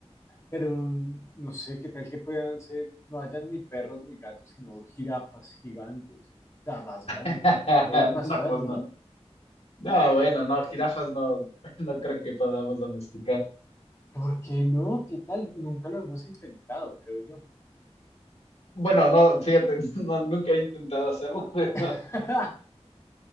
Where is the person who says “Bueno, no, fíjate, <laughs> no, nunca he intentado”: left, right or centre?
Left